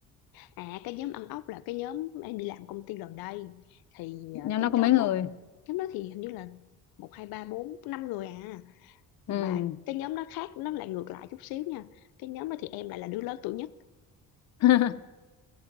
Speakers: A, on the left; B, on the left.
A: à cái nhóm ăn ốc là cái nhóm em đi làm công ty gần đây thì
B: nhóm
A: ờ, cái
B: đó
A: nhóm
B: có mấy người
A: đó nhóm đó thì hình như là một hai ba bốn năm người à
B: ừ
A: mà cái nhóm nó khác nó lại ngược lại chút xíu nha cái nhóm đó thì em lại là đứa lớn tuổi nhất
B: <laughs>